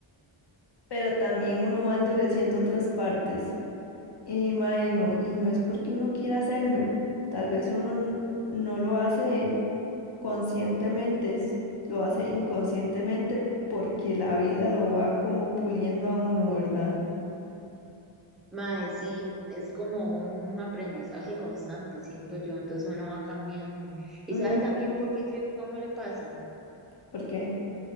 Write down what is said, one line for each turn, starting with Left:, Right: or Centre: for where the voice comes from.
Left: pero también uno va endureciendo otras partes. Y mae, no, y no es porque uno quiera hacerlo. Tal vez uno n- no lo hace conscientemente, s- lo hace inconscientemente porque la vida lo va como puliendo a uno, ¿verdad?
Centre: Mae, sí, es como un aprendizaje constante, siento yo, entonces uno va cambiando. ¿Y
Left: Ujú.
Centre: sabe también por qué creo que a uno le pasa?
Left: Porque